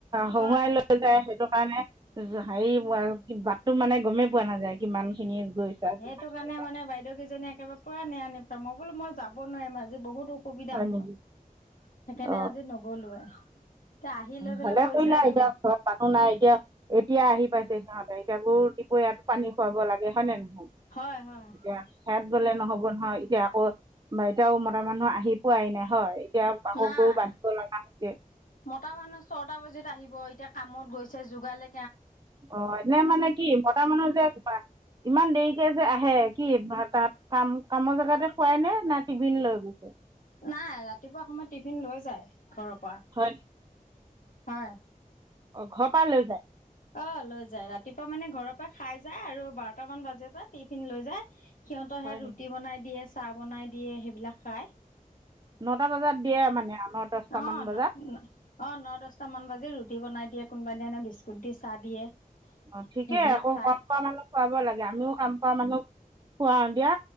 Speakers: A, on the right; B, on the left.
A: হহোঁৱাই
B: হয়
A: লৈ যায় সেইটো কাৰণে হেৰি আৰু বাটটো মানে গমেই পোৱা নাযায়। কিমান খিনিয়ে গৈছা। কিমানখিনি
B: টো কাৰণে
A: নাই
B: মানে বাইদেউকেইজনীয়ে একেবাৰে পোৰা নেৰা নেপেৰা, মই বোলো মই যাব নোৱাৰিম আজি বহুত অসুবিধা
A: হয় নেকি
B: মই সেইকাৰণে
A: অ
B: আজি নগলোৱে এতিয়া আহি লৈ পেলাই
A: ভালে
B: কৈছে
A: কৰিলা
B: এইটো
A: এতিয়া ঘৰত মানুহ নাই এতিয়া এতিয়া আহি পাইছে সিহঁতে এতিয়া গৰু দুপৰীয়াটো পানী খুৱাব লাগে হয় নে নহয়
B: হয় হয়
A: এতিয়া সেয়াত গলে নহব নহয় এতিয়া আকৌ বাইতাও মত মতা মানুহ আহি পোৱাই নাই হয় এতিয়া আকৌ
B: নাই
A: গৰু বান্ধিব লগা হৈছে
B: মতা মানুহ ছটা বজাত আহিব এতিয়া কামত গৈছে যোগালি
A: অ এনে মানে কি মতা মানুহ যে <unintelligible> ইমান দেৰিকে যে আহে কি তাত কাম কামৰ জেগাতে খুৱাই নে নে টিফিন লৈ গৈছে
B: নাই ৰাতিপুৱা সময়ত টিফিন লৈ যায় ঘৰৰ পৰা
A: হয়
B: হয়।
A: ঘৰপাই লৈ যায়।
B: অ' লৈ যায়, ৰাতিপুৱা মানে ঘৰৰপা খাই যায় আৰু বাৰটা মান বাজেত টিফিন লৈ যায়। সিহঁতৰ
A: হয়
B: সেয়াত
A: নেকি
B: ৰুটি বনাই দি আছে চা বনাই দিয়ে সেইবিলাক খায়
A: নটা বজাত দিয়ে মানে ন দহটামান
B: অ
A: বজাত
B: ন ন অ ন দছটামান বাজিত ৰুটি বনাই দিয়ে কোনোবা দিনাখনে বিস্কুট দি চাহ দিয়ে
A: অ ঠিকে
B: সেইবিলাক
A: আকৌ
B: খায়
A: কাম কৰা মানুক খোৱাব লাগে, আমিও কাম কৰা মানুক খুৱাওঁ দিয়া,